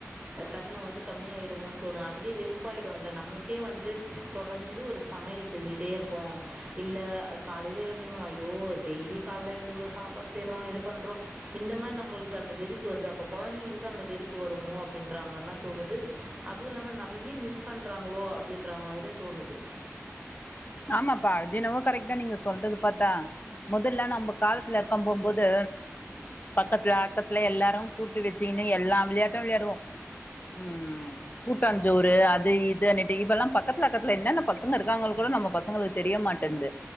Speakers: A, on the right; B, on the left.
A: தன்ம வந்து கம்மியாயிடமோ தோணும் அதுவே வெறுப்பாயிடும்ல்ல நம்மளுக்கே வந்து தொடர்ந்து ஒரு சமையல் செஞ்சுட்டே இருக்கோம் இல்ல காலையில எந் ஐயோ டெய்லி கால எழுந்துக்கிறோம் சாப்பாடு செய்யறோம் இது பண்றோம் இந்த மாரி நம்மளுக்கு அந்த வெறுப்பு வருது அப்ப கொழந்தைங்களுக்கு அந்த வெறுப்பு வருமோ அப்படின்ற மாரிலாம் தோணுது அதுவும் இல்லாம நெறைய மிஸ் பண்றாங்களோ அப்படின்ற மாதிரியும் தோணுது
B: ஆமாப்பா அதெனமோ கரெக்ட் தான் நீங்க சொல்றது பாத்தா முதல்ல நம்ம காலத்துல இருக்க போம்போது பக்கத்துல அக்கத்துல எல்லாரும் கூட்டி வச்சக்கின்னு எல்லாம் விளையாட்டும் விளையாடுவோம் உம் கூட்டஞ்சோறு அது இது ஆன இப்பெல்லாம் பக்கத்துல அக்கத்துல என்னென்ன பசங்க இருக்காங்க கூட நம்ம பசங்களுக்கு தெரிய மாட்டேன்து